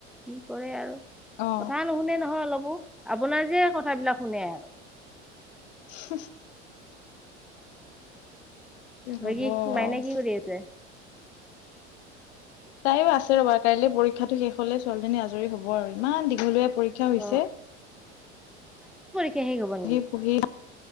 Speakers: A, in the centre; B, on the left.
A: কি কৰে আৰু
B: অ
A: কথা নুশুনে নহয় অলপো, আপোনাৰ যে কথাবিলাক শুনে <inaudible>
B: হ। হব
A: বাকী মাইনা কি কৰি আছে?
B: তাইও আছে ৰবা কাইলৈ পৰীক্ষাটো শেষ হলে ছোৱালীজনী আজৰি হ'ব আৰু। ইমান দীঘলীয়া পৰীক্ষা হৈছে।
A: অ স শেষ হ'ব
B: পঢ়ি
A: নেকি?
B: পঢ়ি